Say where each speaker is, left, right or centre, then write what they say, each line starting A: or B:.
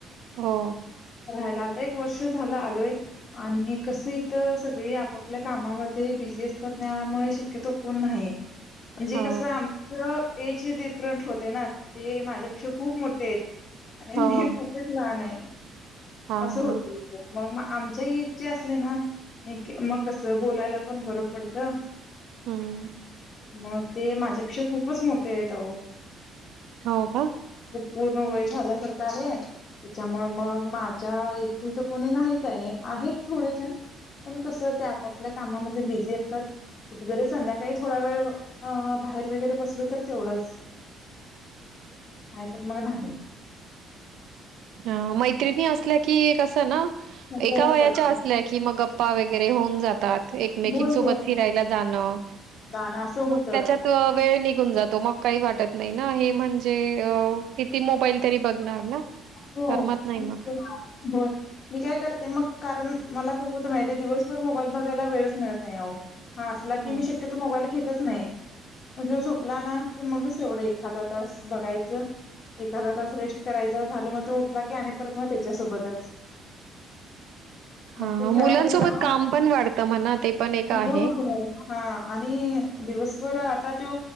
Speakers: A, on the right (about 65°); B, on the left (about 40°).
A: हो
B: राहायला आता एक वर्ष झालं आलोय आणि कस इथ सगळी आपापल्या कामामध्ये बिझी- झी असतात. त्यामुळे शक्यतो कोण नाही मनजे
A: हो
B: कस आमचं- एज डिफरंट होते ना ते माझ्यापेक्षा खूप मोठे आहेत. आणि
A: हो
B: मी खूपच लहान आहे.
A: हा
B: असं
A: हा.
B: होतय त मग मा - आमच्याही इच्छा असले ना मग कसं बोलायला पण बरं पडतं
A: हम्म
B: मग ते माझ्यापेक्षा खूपच मोठे आहेतह
A: हो का
B: पूर्ण वय झाल्यासारखं आहे त्याच्यामुळ मग माझ्या एज तर कोणी नाहीच आहे आहेत थोडेसे पण कसं ते आपापल्या कामामध्ये बिझी असतात कुठ जरी संध्याकाळी थोडा वेळ अ बाहेर वगैरे बसलो तर तेवढच आहे तर मग नाही
A: ह मैत्रिणी असल्या कि कस ना एका
B: बरं
A: वयाच्या
B: पडतं
A: असल्या की मग गप्पा वगैरे होऊन जातात एकमेकीसोबति
B: होय, होय.
A: जाणं
B: गाणं असं
A: मग
B: होतं.
A: त्याच्यात वेळ निघून जातो मग का वाटत न हे म्हणजे अ किती मोबाईल तरी बघणार ना
B: हो
A: करमत नाही
B: होोल
A: मग
B: मी काय करते मग कारण मला माहिती दिवसभर मोबाईल बघायला वेचळत नाही हा असला की
A: हो.
B: मी शक्यतो मोबाईल घेत नाही म्हणजे ह्यो झोपला ना की मग एवढं एखादा तास बघायचं एखादा तास रेस्ट करायचा झालं मग तो उठला की आणि परत मग त्याच्यासोबतच हा
A: हां
B: मग तू खेळायला
A: मुलांसोबत
B: गेला
A: काम पण वाढतं म्हणा ते पण एक
B: प
A: आहे.
B: हो हो हा आणि दिवसभर आता त्यो